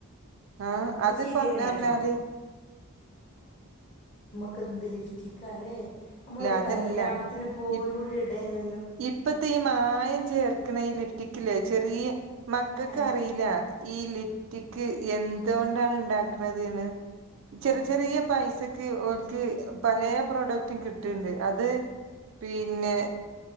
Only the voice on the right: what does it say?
ആ അത്
പറഞ്ഞി
റഞ്ഞാല്
അതല്ല
ഇ
ഇപ്പത്തെ ഈ മായം ചേർക്ക് ണേഈ ലിഫ്റ്റിക്കില്ലേ ചെറിയ മക്കൾക്ക്
അ റീല്ല ഈ ലിഫ്റ്റിക്ക് എന്തൊണ്ടാണ് ഉണ്ടാക്ക്ണ ത് ന്ന് ചെറിചെറിയ
പൈസ ക്ക് ഓൽക്ക് പലേ പ്രൊഡക്റ്റും കിട്ട്ണ്ട് അത് പിന്നെ